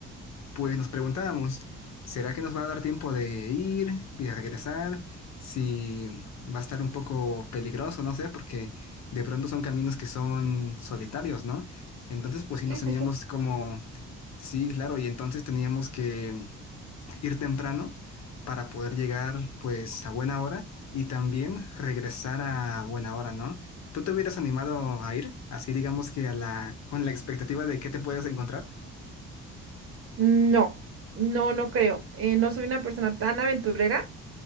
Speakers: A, on the left; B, on the right.
A: pues nos preguntábamos, ¿será que nos va a dar tiempo de ir y de regresar? Si va a estar un poco peligroso, no sé, porque de pronto son caminos que son solitarios, ¿no? Entonces, pues sí nos
B: Sí, sí,
A: teníamos
B: sí.
A: como, sí, claro, y entonces teníamos que ir temprano para poder llegar pues a buena hora y también regresar a buena hora, ¿no? ¿Tú te hubieras animado a ir? Así digamos que a la, con la expectativa de qué te puedes encontrar.
B: No, no, no creo. eh, no soy una persona tan aventurera